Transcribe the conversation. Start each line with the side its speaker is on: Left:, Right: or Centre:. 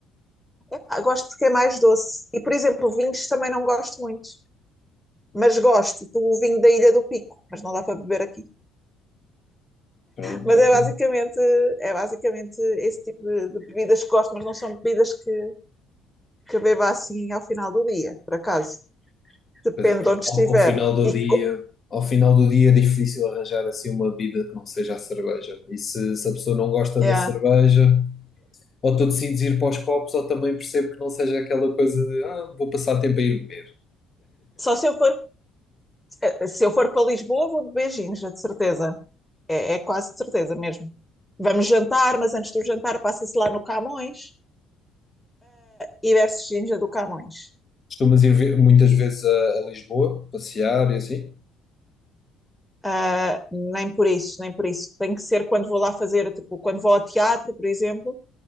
Centre: epá, gosto porque é mais doce. E, por exemplo, vinhos também não gosto muito. Mas gosto do vinho da Ilha do Pico, mas não dá para beber aqui.
Left: Pronto,
Centre: Mas
Left: ok.
Centre: é basicamente, é basicamente esse tipo de, de bebidas que gosto, mas não são bebidas que, que beba assim ao final do dia, por acaso. Depende
Left: Pois,
Centre: de onde
Left: Ao,
Centre: estiver.
Left: ao final do
Centre: E,
Left: dia,
Centre: co-
Left: ao final do dia é difícil arranjar assim uma bebida que não seja a cerveja. E se, se a pessoa não gosta
Centre: é.
Left: da cerveja, ou tu decides ir para os copos, ou também percebo que não seja aquela coisa de ah, vou passar tempo a ir beber.
Centre: Só se eu for, eh, se eu for para Lisboa, vou de beijinhos, é de certeza. É, é quase de certeza mesmo. Vamos jantar, mas antes do jantar passa-se lá no Camões e bebe-se ginja do Camões.
Left: Costumas ir ver, muitas vezes a, a Lisboa, passear e assim?
Centre: Ah, nem por isso, nem por isso. Tem que ser quando vou lá fazer, tipo, quando vou ao teatro, por exemplo.